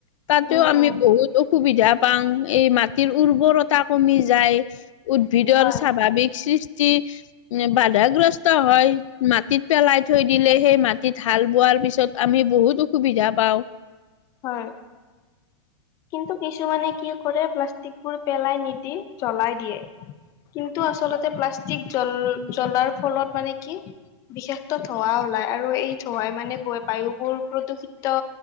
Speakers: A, on the left; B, on the left.
A: তাতও
B: উম
A: আমি
B: উম
A: বহুত অসুবিধা পাওঁ এই মাটিৰ উৰ্বৰতা কমি যায় উদ্ভিদৰ
B: হয়
A: স্বাভাৱিক সৃষ্টি বাধাগ্ৰস্ত হয় মাটিত পেলাই থৈ দিলে সেই মাটি হাল বোৱাৰ পিছত আমি বহুত অসুবিধা পাওঁ।
B: হয় <inaudible> কিন্তু কিছুমানে কি কৰে প্লাষ্টিকবোৰ পেলাই নিদি জ্বলাই দিয়ে। কিন্তু আচলতে প্লাষ্টিক জল জ্বলাৰ ফলত মানে কি বিশেষত ধোঁৱা ওলাই আৰু এই ধোঁৱাই মানে বায়ু বোৰ প্ৰদূষিত